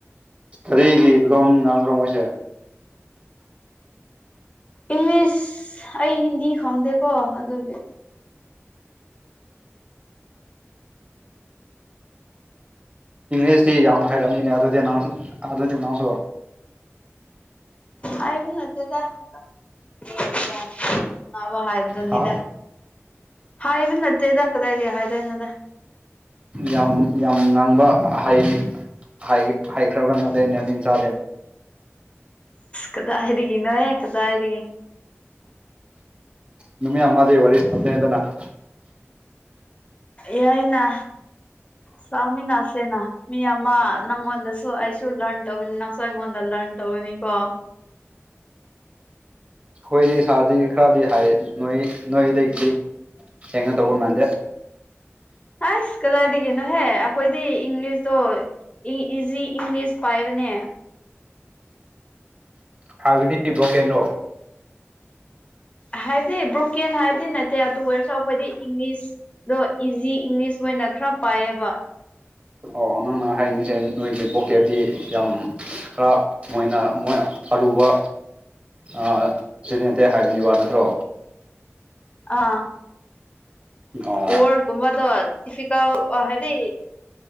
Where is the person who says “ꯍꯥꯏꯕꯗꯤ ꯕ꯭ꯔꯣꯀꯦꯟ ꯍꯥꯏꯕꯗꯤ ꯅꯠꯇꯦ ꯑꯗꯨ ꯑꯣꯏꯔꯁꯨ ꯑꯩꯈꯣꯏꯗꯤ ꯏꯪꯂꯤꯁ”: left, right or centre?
Left